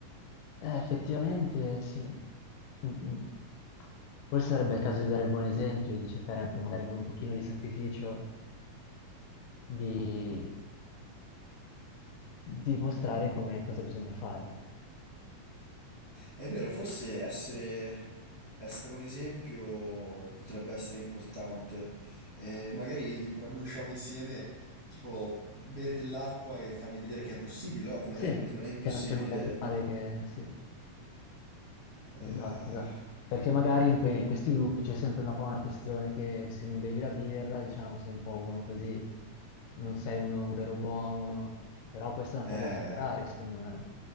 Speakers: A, on the left (about 80°); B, on the right (about 60°).
A: Eh, effettivamente sì. Mm, mm. Forse sarebbe il caso di dare il buon esempio, e di cercare anche magari con un pochino di sacrificio di, di mostrare come cosa bisogna fare.
B: È vero, forse essere, essere un esempio potrebbe essere importante. Eh, magari quando usciamo insieme, tipo, bere dell'acqua e fargli vedere che è possibile, no? Che non
A: Sì,
B: è, che non è impossibile.
A: che non c'è nulla di male, che sì.
B: Eh,
A: Esatto, esatto. Perché magari in, que- in questi gruppi c'è sempre un po' una questione che se non bevi la birra, diciamo, sei un po' uno così, non sei uno, un vero uomo, però questa è una
B: eh,
A: cosa da superare, secondo me,